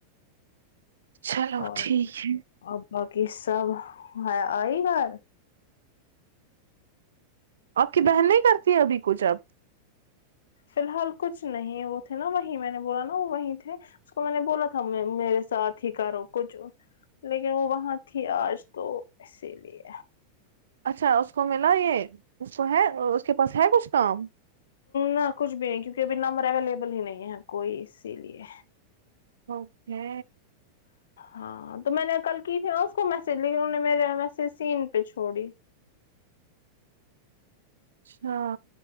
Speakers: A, on the right; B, on the left.
A: چلو
B: اور
A: ٹھیک ہے
B: اب باقی سب ہیا آئی گھر
A: آپ کی بہن نہیں کرتی ہے ابھی کچھ اب
B: فی الحال کچھ نہیں وہ تھے نا وہیں میں نے بولا نا وہ وہیں تھے اس کو میں نے بولا تھا میں میرے ساتھ ہی کرو کچھ لیکن وہ وہاں تھی آج تو اسی لیے
A: اچھا اس کو ملا یہ اس کو ہے اس کے پاس ہے کچھ کام
B: نہ کچھ بھی نہیں کیونکہ ابھی نمبر اویلیبل ہی نہیں ہے کوئی اسی لیے
A: اوکے
B: ہاں تو میں نے کل کی تھی ن اس کو میسج لیکن انوں نے میرے میسج سین پہ چھوڑی
A: اچھا